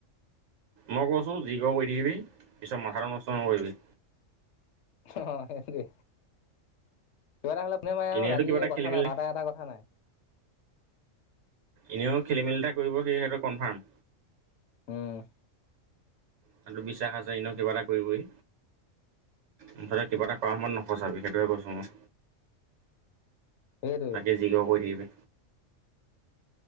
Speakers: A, on the right; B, on the left.
A: মই কৈছো যি কৰ কৰি থাকিবি পিছত মাথাটো নষ্ট নকৰিবি
B: অ হেটোৱে কিবা এটা হ'লে ফোনে মাই
A: এনেইতো
B: আও ৰাতি
A: কিবা এটা খেলি
B: কথা
A: মেলি
B: নাই বাৰটা এটা কথা নাই
A: এনেও খেলিমেলি এটা কৰিব সি সেইটো কনফাৰ্ম
B: উম
A: সিটো বিশ্বাস আছে এনেও কিবা এটা কৰিবই মুঠতে কিবা এটা কৰাৰ সময়ত নফচাবি সেইটোৱে কৈছোঁ মই
B: সেইটোৱে
A: বাকি যি কৰ কৰি থাকিবি